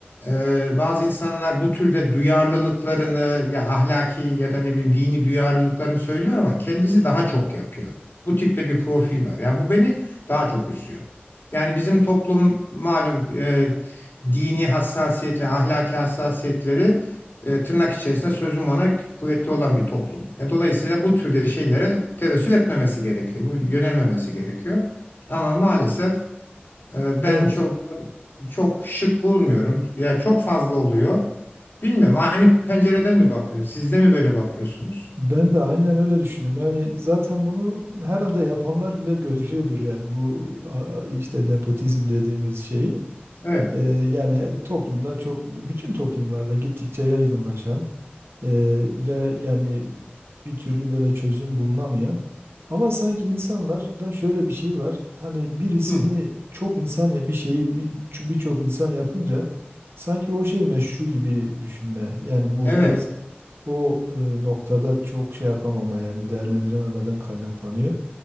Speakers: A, on the left (about 55°); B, on the right (about 80°).
A: e, bazı insanlar bu türde duyarlılıklarını ya ahlaki ya da ne bileyim dini duyarlılıklarını söylüyor ama kendisi daha çok yapıyor. Bu tipte bir profil var. Yani bu beni daha çok üzüyor. Yani bizim toplum malum e, dini hassasiyetle, ahlaki hassasiyetleri e, tırnak içerisinde sözüm ona kuvvetli olan bir toplum. E, dolayısıyla bu türde şeylere tevessül etmemesi gerekiyor. Bu yönelmemesi gerekiyor. Ama maalesef e, ben
B: Evet.
A: çok çok şık bulmuyorum. Ya çok fazla oluyor. Bilmiyorum. Aynı pencereden mi bakıyoruz? Siz de mi böyle bakıyorsunuz?
B: Ben de aynen öyle düşünüyorum. Yani zaten bunu herhalde yapanlar bile <laughs> gözlüyordur yani bu a- işte nepotizm dediğimiz şeyi.
A: Evet.
B: Ee, yani toplumda çok bütün toplumlarda gittikçe yaygınlaşan e, ve yani bir türlü böyle çözüm bulunamayan ama sanki insanlarda şöyle bir şey var. Hani birisini
A: Hı.
B: çok insan ya bir şeyi bir- birçok insan yapınca sanki o şey meşru gibi düşünme. Yani bu
A: Evet.
B: biraz o e, noktada çok şey yapamama yani değerlendirememeden kaynaklanıyor.